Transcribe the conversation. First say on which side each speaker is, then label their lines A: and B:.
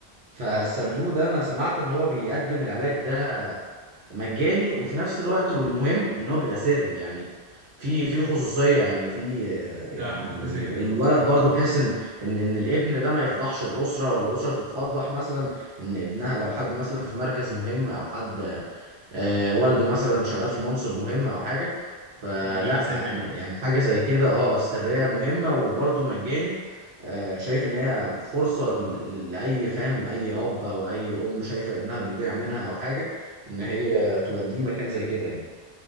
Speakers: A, on the right; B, on the right.
A: فالصندوق
B: اه ايوه
A: ده انا سمعت ان هو بيقدم العلاج ده مجاني وفي نفس الوقت والمهم ان هو بيبقى سري يعني في في خصوصيه يعني في آه،
B: ده
A: يعني
B: حاجة كويسة جدا
A: الولد
B: على فكرة
A: برضو
B: اه
A: بحيث ان ان ان الابن ده ما يفضحش الاسره ولا الاسره تتفضح مثلا ان ابنها لو حد مثلا في مركز مهم او حد آه، والده مثلا شغال في منصب مهم او حاجه فلا
B: كان الموضوع يبقى سري
A: عن-
B: برضه
A: يعني حاجه زي كده اه سريه مهمه وبرده مجاني آه، شايف ان هي فرصه ل- ل- لاي فاهم اي اب او اي ام شايفه ابنها بيضيع منها او حاجه ان هي توديه مكان زي كده يعني